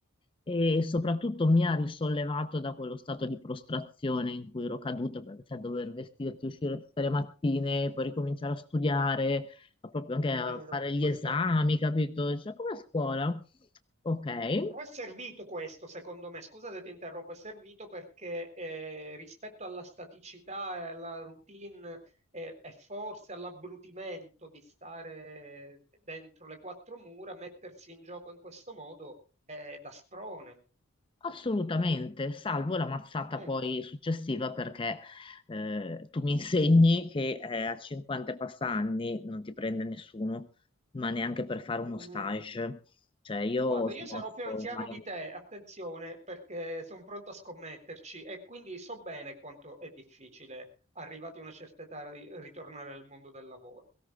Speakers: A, on the left; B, on the right.
A: e soprattutto mi ha risollevato da quello stato di prostrazione in cui ero caduta, perché sai, dover vestirti, uscire tutte le mattine, poi ricominciare a studiare, a proprio anche a
B: Vero,
A: fare gli
B: questa,
A: esami, capito? Cioè, come a scuola. Ok.
B: Però è servito questo, secondo me, scusa se ti interrompo, è servito perché eh, rispetto alla staticità e alla routine eh, e forse all'abbrutimento di stare dentro le quattro mura, mettersi in gioco in questo modo è da sprone.
A: Assolutamente, salvo la mazzata
B: Mm.
A: poi successiva perché eh, tu mi <laughs> insegni che eh, a 50 e passa anni non ti prende nessuno, ma neanche per fare uno
B: Mm.
A: stage. Cioè io
B: Guarda,
A: ho smosso,
B: io sarò più anziano
A: ma-
B: di te, attenzione, perché sono pronto a scommetterci e quindi so bene quanto è difficile, arrivati a una certa età, ri- ritornare al mondo del lavoro.